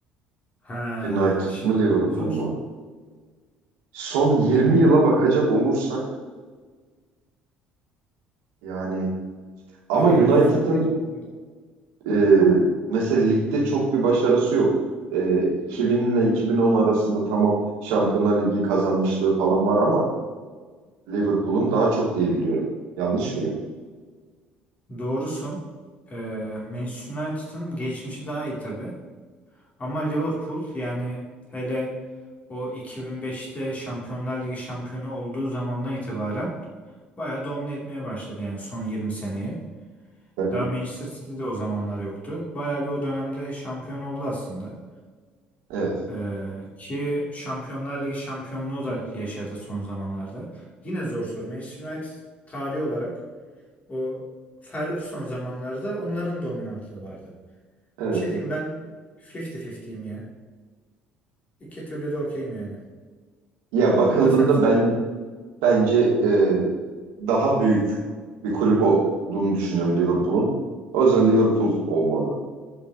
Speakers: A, on the left (about 30°); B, on the right (about 60°).
A: Ha,
B: United
A: şimdi
B: mı Liverpool
A: bu zor.
B: mu? Son 20 yıla bakacak olursak yani Ama
A: Liverpool
B: United'ın
A: son yerini
B: e, mesela ligde çok bir başarısı yok. E, 2000 ile 2010 arasında tamam Şampiyonlar Ligi kazanmışlığı falan var ama Liverpool'un daha çok diye biliyorum. Yanlış mıyım?
A: Doğrusun. Ee, Manchester United'ın geçmişi daha iyi tabii. Ama Liverpool yani hele o 2005'te Şampiyonlar Ligi şampiyonu olduğu zamandan itibaren bayağı domine etmeye başladı yani son 20 seneyi.
B: Hı hı.
A: Daha Manchester City'de o zamanlar yoktu. Bayağı bir o dönemde şampiyon oldu aslında.
B: Evet,
A: Ee, ki Şampiyonlar Ligi şampiyonluğu da yaşadı son zamanlarda. Yine zor soru. Manchester United tarihi olarak o Ferguson zamanlarda onların dominantlığı vardı.
B: evet.
A: Bir şey diyeyim mi? ben 50-50'yim ya. İki türlü de okeyim yani.
B: Ya bakıldığında
A: Bunu da sen seç.
B: ben bence e, daha büyük bir kulüp olduğunu düşünüyorum Liverpool'un. O yüzden Liverpool olmalı.